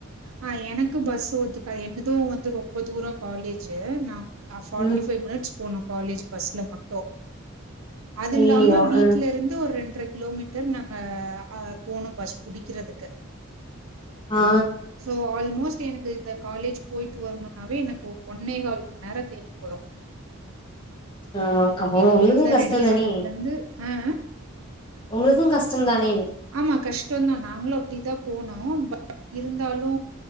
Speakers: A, on the right (about 75°); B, on the left (about 25°).
A: அ எனக்கு பஸ் ஒத்துக்காது என்னது வந்து ரொம்ப தூரோ காலேஜி நா நா ஃபாட்டி
B: ம்
A: ஃபைவ் மினிட்ஸ் போனு காலேஜ் பஸ்ல மட்டு அது
B: ஐயையோ
A: இல்லாம வீட்ல
B: ஆ
A: இருந்து ஒரு ரெண் ஒன்ற கிலோமீட்டர் நாங்க அ போனோ பஸ் புடிக்கறதுக்கு
B: ஆ
A: சோ ஆல்மோஸ்ட் ஸ்டு எனக்கு இந்த காலேஜ் போயிட்டு வரணும்னாவே எனக்கு ஒ ஒன்னே கால் மணி நேரோ தேவப்படு
B: ஆமா அப்போ
A: எங்க
B: உங்களுக்கு
A: வீட்டுல
B: கஷ்டோ
A: ரெடியானதுல
B: தானே
A: இருந்து அ அ
B: உங்களுக்கு கஷ்டோ தானே இன்ன
A: ஆமா கஷ்டோ தா நாங்களு அப்டிதா போனோ பட் இருந்தாலு